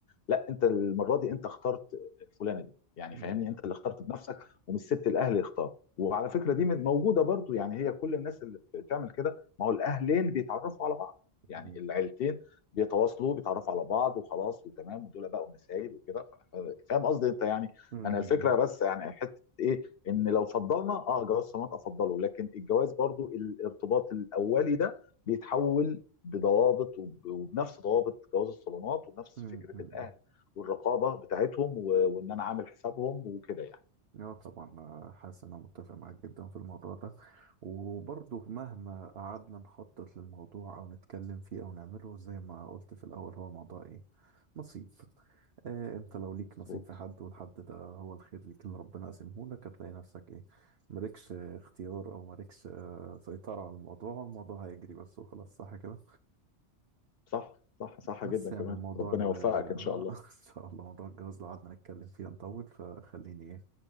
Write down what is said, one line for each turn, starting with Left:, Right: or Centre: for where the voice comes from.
Left: لا انت المره دي انت اخترت فلانه دي يعني
Right: مم.
Left: فاهمني انت اللي اخترت بنفسك ومش سبت الاهل يختار وعلى فكره دي من- موجوده برضو يعني هي كل الناس اللي بتعمل كده ما هو الاهلين بيتعرفوا على بعض يعني
Right: مم.
Left: العيلتين بيتواصلوا بيتعرفوا على بعض وخلاص وتمام ودول بقوا نسايب وكده ف- ف- فاهم قصدي انت يعني
Right: مم.
Left: انا الفكره بس يعني حته ايه ان لو فضلنا اه جواز صالونات افضله لكن الجواز برضو الارتباط الاولي ده بيتحول بضوابط وب- وبنفس ضوابط جواز الصالونات وبنفس
Right: مم.
Left: فكره
Right: مم.
Left: الاهل والرقابه بتاعتهم و- وان انا عامل حسابهم وكده يعني
Right: اه طبعا آه، حاسس انا متفق معاك جدا في الموضوع ده وبرضه مهما قعدنا نخطط للموضوع او نتكلم فيه او نعمله زي ما قلت في الاول هو الموضوع ايه نصيب آه انت لو ليك
Left: مظبوط
Right: نصيب في حد والحد ده هو الخير ليك اللي ربنا قاسمه لك هتلاقي نفسك ايه مالكش اختيار او مالكش آه سيطرة على الموضوع الموضوع هيجري بس وخلاص صح كده
Left: صح صح صح
Right: بس
Left: جدا
Right: يعني
Left: كمان
Right: الموضوع
Left: ربنا
Right: ال
Left: يوفقك
Right: اه
Left: ان شاء الله
Right: <laughs> ان شاء الله موضوع الجواز لو قعدنا نتكلم فيه هنطول فخليني ايه